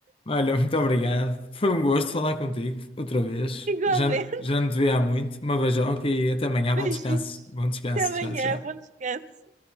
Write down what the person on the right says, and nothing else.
igualmente.
Beijinhos.
Até amanhã.
Bom descanso.